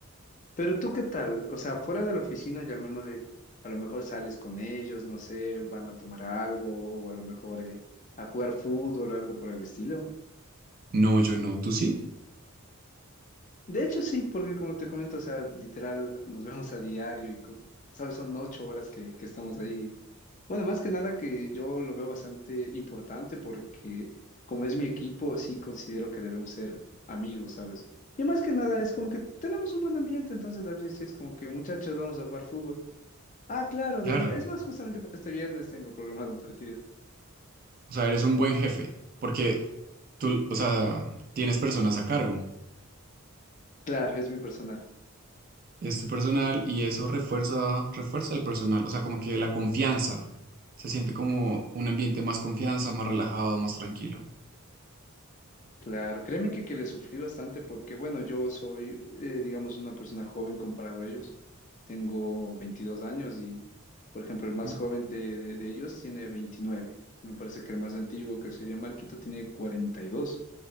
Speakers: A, on the left; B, on the right.
A: pero tú qué tal? O sea, fuera de la oficina, llamémosle, a lo mejor sales con ellos, no sé, van a tomar algo o a lo mejor eh, a jugar fútbol o algo por el estilo.
B: No, yo no, tú sí,
A: De hecho, sí, porque como te comento, o sea, literal, nos vemos a diario y, co- sabes, son ocho horas que, que estamos ahí. Bueno, más que nada que yo lo veo bastante importante porque como es mi equipo, sí considero que debemos ser amigos, ¿sabes? Y más que nada es como que tenemos un buen ambiente, entonces a veces sí es como que muchachos vamos a jugar fútbol. Ah, claro,
B: claro.
A: de una. Es más, justamente para este viernes tengo programado un partido.
B: O sea, eres un buen jefe porque tú, o sea, tienes personas a cargo.
A: Claro, es mi personal.
B: es tu personal y eso refuerza, refuerza el personal, o sea, como que la confianza, se siente como un ambiente más confianza, más relajado, más tranquilo.
A: Claro, créeme que, que le sufrí bastante porque, bueno, yo soy, eh, digamos, una persona joven comparado a ellos. Tengo 22 años y, por ejemplo, el más
B: Oh,
A: joven de, de- de ellos tiene veintinueve Y me parece que el más antiguo, que sería Marquito, tiene cuarenta y dos